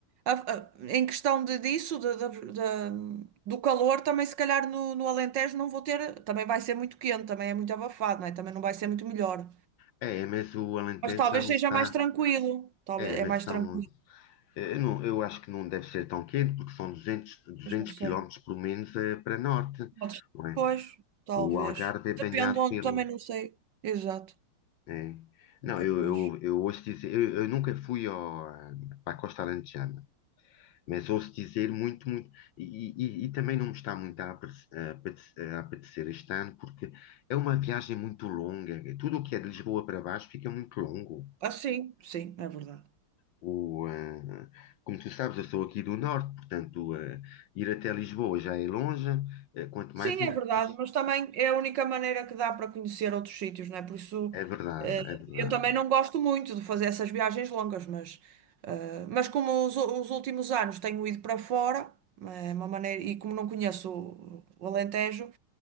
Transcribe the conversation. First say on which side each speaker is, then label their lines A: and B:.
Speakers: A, on the right; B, on the left.
A: a- a- em questão de, disso, de- de- de- do calor, também se calhar no, no Alentejo não vou ter, também vai ser muito quente, também é muito abafado, não é? Também não vai ser muito melhor.
B: é, mas o Alentejo
A: Mas talvez
B: já não
A: seja
B: está.
A: mais tranquilo, talvez
B: É, mas
A: é mais
B: são
A: tranquilo,
B: Eh, não, eu acho que não deve ser tão quente, porque são 200, 200
A: mas não sei.
B: quilómetros, pelo menos, eh, para norte,
A: Podes-
B: não é?
A: Pois, talvez.
B: O Algarve é banhado
A: Depende onde,
B: pelo...
A: também não sei. Exato.
B: é. Não,
A: Capaz.
B: eu, eu, eu ouço dizer... Eu, eu nunca fui ao, ah, para a Costa Alentejana, mas ouço dizer muito, muito... E, e- e também não me está muito a apete- a apete- a apetecer este ano, porque é uma viagem muito longa. Tudo o que é de Lisboa para baixo fica muito longo.
A: Ah, sim, sim, é verdade.
B: O, eh, como tu sabes, eu sou aqui do norte, portanto, eh, ir até Lisboa já é longe, eh, quanto
A: Sim,
B: mais ainda
A: é verdade,
B: depois.
A: mas também é a única maneira que dá para conhecer outros sítios, não é? Por isso,
B: É verdade,
A: eh,
B: é verdade.
A: eu também não gosto muito de fazer essas viagens longas, mas, eh, mas como os, u- os últimos anos tenho ido para fora, é uma maneira, e como não conheço o, o Alentejo,